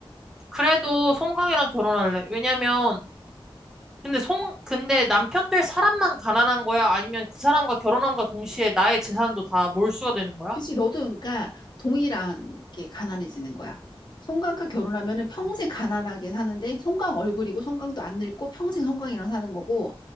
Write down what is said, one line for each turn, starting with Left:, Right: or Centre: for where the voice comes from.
Centre: 그래도 송강이랑 결혼할래. 왜냐면, 근데 송, 근데 남편 될 사람만 가난한 거야? 아니면 그 사람과 결혼함과 동시에 나의 재산도 다 몰수가 되는 거야?
Left: 그치, 너도 그러니까 동일한 게 가난해지는 거야. 송강과 결혼하면은 평생
Centre: 음.
Left: 가난하게 사는데 송강 얼굴이고 송강도 안 늙고 평생 송강이랑 사는 거고